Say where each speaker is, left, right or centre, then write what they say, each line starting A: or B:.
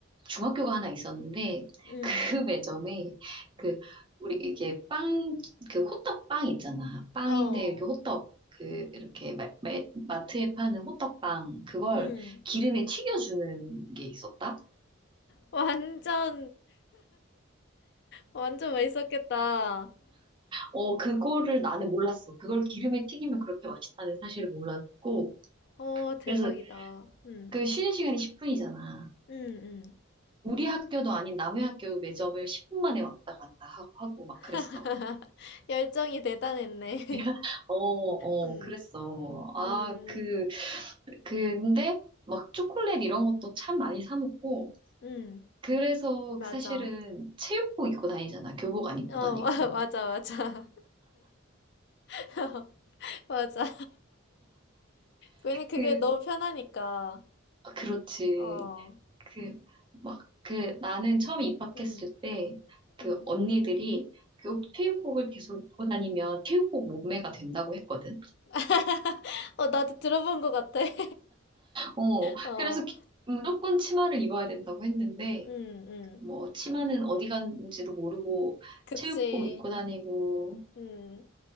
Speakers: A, on the right (about 25°); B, on the left (about 55°).
A: 중학교가 하나 있었는데
B: 응,
A: 그 <laughs> 매점에 그 우리 이게 빵 그 호떡 빵 있잖아. 빵인데
B: 어,
A: 이렇게 호떡 그 이렇게 마, 마, 마트에 파는 호떡 빵 그걸
B: 응.
A: 기름에 튀겨주는 게 있었다.
B: 완전 어, 완전 맛있었겠다.
A: 어, 그거를 나는 몰랐어. 그걸 기름에 튀기면 그렇게 맛있다는 사실을 몰랐고.
B: 오, 대박이다.
A: 그래서
B: 응,
A: 그 쉬는 시간이 10분이잖아.
B: 응, 응.
A: 우리 학교도 아닌 남의 학교 매점을 10분 만에 왔다 갔다 하고, 하고 막 그랬어.
B: <laughs> 열정이 대단했네.
A: <laughs> 어, 어,
B: <laughs> 응
A: 그랬어. 아,
B: 음,
A: 그, 근데 막 초콜릿 이런 것도 참 많이 사 먹고.
B: 응
A: 그래서
B: 맞아.
A: 사실은 체육복 입고 다니잖아. 교복 안 입고
B: 어,
A: 다니고.
B: <laughs> 맞아, 맞아. <laughs> 맞아. 괜히 그게
A: 그,
B: 너무 편하니까.
A: 아, 그렇지.
B: 어,
A: 그, 막, 그, 나는 처음 입학했을
B: 응,
A: 때, 그
B: 응.
A: 언니들이 그 체육복을 계속 입고 다니면 체육복 몸매가 된다고 했거든.
B: <laughs> 어, 나도 들어본 것 같아. <laughs>
A: 어,
B: 어,
A: 그래서 기- 무조건 치마를 입어야 된다고 했는데,
B: 응응
A: 뭐, 치마는 어디 갔는지도 모르고
B: 그치.
A: 체육복 입고 다니고
B: 음.